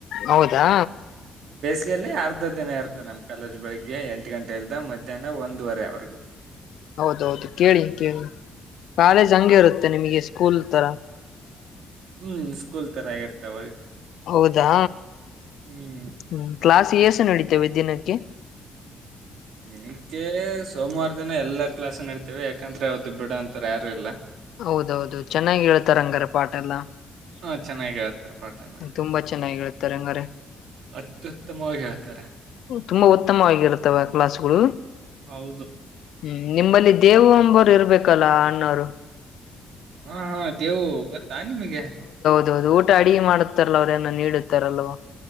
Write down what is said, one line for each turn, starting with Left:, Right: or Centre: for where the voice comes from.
Left: ಹೌದಾ
Right: ಲ್ಲಿ ಅರ್ಧ ದಿನ ಇರ್ತ್ತೆ ನಮ್ಮ್ ಕಾಲೇಜ್ ಬೆಳಗ್ಗೆ ಎಂಟು ಗಂಟೆ ಇಲ್ ಮಧ್ಯಾಹ್ನ ಒಂದುವರೆವಗೂ
Left: ಹೌದೌದು ಕೇಳಿ ಕೇಳಿ ಕಾಲೇಜ್ ಹಂಗೆ ಇರುತ್ತೆ ನಿಮಗೆ ಸ್ಕೂಲ್ ತರ
Right: ಹ್ಮ್ ಸ್ಕೂಲ್ ತರಾಗಿರ್ತ ಅವಾಗ
Left: ಹೌದಾ
Right: ಹ್ಮ್
Left: ಹ್ಮ ಕ್ಲಸ್ ಎ ನಡೀತೇವೆ ದಿನಕ್ಕೆ
Right: ದಿನಕ್ಕೆ ಸೋಮವಾರ ದಿನ ಎಲ್ಲ ಕ್ಲಸ್ಡಡ್ತವೆ ಯಾಕಂದ್ರೆ ಅವದು ಬಿಡ ಅಂತಾರೆ ಯಾರುಲ್ಲ
Left: ಹೌದೌದು ಚೆನ್ನಾಗಿ ಹೇಳತ ರಂಗರ ಪಾಟ್ ಎಲ್ಲ
Right: ಹಾ ಚೆನ್ನಾಗಿ ಹೇಳ್ತಾರೆ ಪಾಠನ
Left: ತುಂಬಾ ಚೆನ್ನಾಗಿ ತರಂಗರೆ
Right: ಅತ್ಯುತ್ತಮವಾಗಿ ಹೇಳ್ತಾರೆ
Left: ತುಂಬಾ ಉತ್ತಮವಾಗಿರುತ್ತವೆ ಕ್ಲಾಸ್ಗಳು
Right: ಹೌದು
Left: ಹ್ಮ್ ನಿಂಬಲ್ಲಿ ದೇವು ಎಂಬೋರು ಇರ್ಬೇಕಲ್ಲ ಅಣ್ಣವರು
Right: ಹಾ ಹಾ ದೇವು ಗೊತ್ತ ತಾ ನಿಮಗೆ
Left: ಹೌದು ಊಟ ಅಡುಗೆ ಮಾಡುತ್ತಾರಲ್ಲ ಅವ್ರೇಏನ ನೀಡುತ್ತಾರಲ್ವಾ